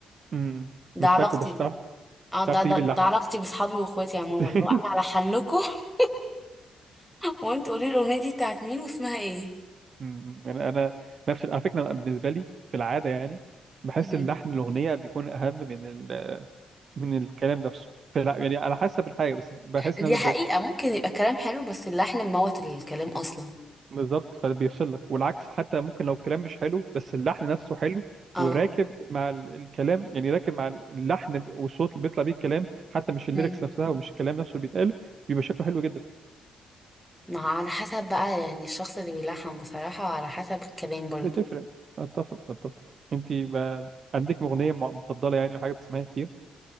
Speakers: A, on the right; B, in the centre.
A: امم
B: ده
A: مش
B: علاقتي
A: فاكره بس بتعرف
B: اه
A: بتعرف
B: ده
A: تجيب
B: ده,
A: اللحن
B: ده علاقتي باصحابي واخواتي عموما
A: <laughs>
B: لو انا الحن لكم <laughs> وانتوا قولي لي الاغنيه دي بتاعت مين واسمها ايه
A: أمم، انا انا نفس على فكره أنا بالنسبه لي في العاده يعني بحس
B: مم.
A: اللحن الاغنيه بيكون اهم من ال... آه، من الكلام نفسه فلا يعني على حسب الحاجه بس بحس
B: دي
A: ان
B: حقيقه
A: انا
B: ممكن يبقى الكلام حلو بس اللحن مموت الكلام اصلا
A: بالظبط فبيفصلك والعكس حتى ممكن لو الكلام مش حلو بس اللحن نفسه حلو
B: اه
A: وراكب مع ال- الكلام يعني راكب مع اللحن ب- والصوت اللي بيطلع بيه الكلام حتى مش الليركس
B: مم.
A: نفسها ومش الكلام نفسه اللي بيتقال بيبقى شكله حلو جدا
B: ما على حسب بقى يعني الشخص اللي بيلحن بصراحه وعلى حسب الكلام برضو
A: بتفرق اتفق اتفق انت بقى عندك اغنيه م- مفضله يعني او حاجه بتسمعيها كتير